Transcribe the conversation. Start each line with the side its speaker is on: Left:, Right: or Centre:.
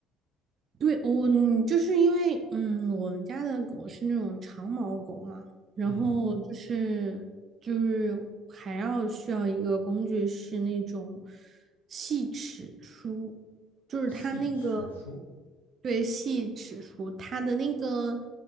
Right: 对，我嗯就是因为嗯，我们家的狗是那种长毛狗嘛，然后就是就是还要需要一个工具是那种
Left: 嗯，
Right: 细齿梳，就是它那个
Left: 细齿梳，
Right: 对细齿梳，它的那个